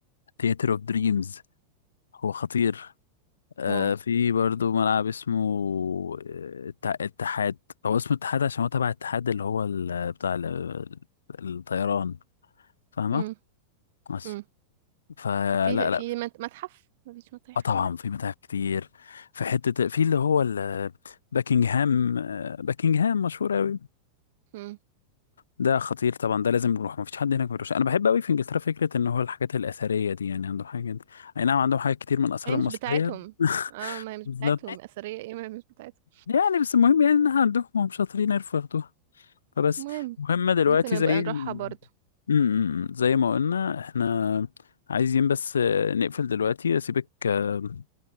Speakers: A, on the left (about 70°); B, on the right (about 55°).
A: ثياتر اوف دريمز هو خطير آه،
B: واو
A: في برضو ملعب اسمه آه، الت- الاتحاد هو اسمه الاتحاد عشان هو تبع الاتحاد اللي هو ال- بتاع ال- الطيران فاهمة
B: امم
A: بس
B: امم
A: فلا
B: في
A: لا
B: في مت- متحف مفيش متاحف
A: آه، طبعا
B: هناك
A: في متاحف كتير في حتة في اللي هو ال- باكنجهام آه، باكنجهام مشهور أوي
B: امم
A: ده خطير طبعا ده لازم نروح مفيش حد هناك ما بيروحش انا بحب قوي في انجلترا فكره ان هو الحاجات الاثريه دي يعني عندهم حاجات اي نعم عندهم حاجات كتير من الاثار
B: هي
A: المصريه
B: مش بتاعتهم اه ما هي مش
A: بالظبط
B: بتاعتهم أثرية ايه ما هي مش بتاعتهم
A: يعني بس المهم يعني انها عندهم هم شاطرين يعرفوا ياخدوها فبس
B: المهم
A: المهم دلوقتي
B: ممكن نبقى
A: زي
B: نروحها
A: ما
B: برضو
A: امم زي ما قلنا احنا عايزين بس آه، نقفل دلوقتي اسيبك آه،